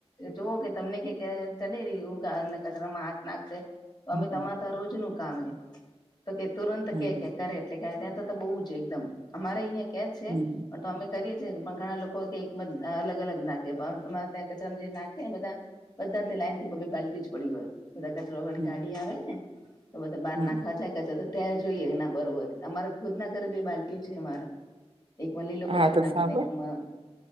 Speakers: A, on the left; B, on the right.
A: જોઓ કે તમને ક ચડ <unintelligible> રહી કચરામાં હાથ નાખશે, તો
B: હમ
A: અમે તમારા ત રોજ ન કામ હે. તો કે તુરંત
B: હમ
A: કે કરે એટલે કે ત્યાં તો તો બહુ જ એકદમ અમારે અહિયાં કે છે,
B: હમ
A: પણ અમે કરીએ છીએ પણ ઘણા લોકો કે અલગ અલગ નાખે પણ ત્યાં કચરા જે નાખે બધા બધા લાઈનથી બ બાલ્ટી જ પડી હોય, બધા કચરો વાળી
B: હમ
A: ગાડી આવે ને તો બધા બાર
B: હમ
A: નાખવા ચા કાચા તો ત્યારે જોઈએ, એના બરોબર અમારે ખુદ ના ઘરે બે બાલ્ટઓ છે અમારે એકમાં લીલો
B: હા
A: કચરો
B: તો
A: નાખીને
B: સાંભળ
A: એક મા